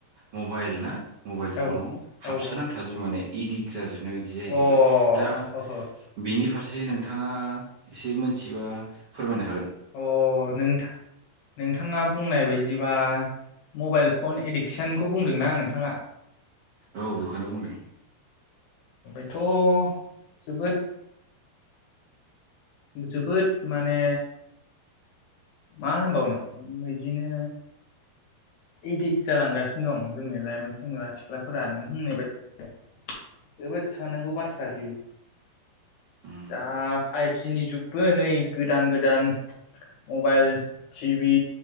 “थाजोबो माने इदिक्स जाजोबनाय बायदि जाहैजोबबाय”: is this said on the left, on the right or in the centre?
Right